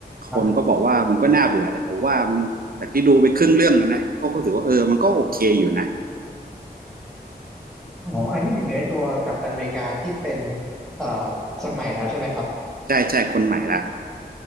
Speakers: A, in the centre; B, on the right (about 60°).
A: ครับ
B: คนก็บอกว่ามันก็น่าเบื่อแต่ผมว่ามันจากที่ดูไปครึ่งเรื่องแล้วนะก็รู้สึกว่าเออมันก็โอเคอยู่นะ
A: อ๋ออันนี้หมายถึงไอ้ตัวกัปตันอเมริกาที่เป็นเอ่อคนใหม่แล้วใช่ไหมครับ
B: ใช่ใช่คนใหม่ละ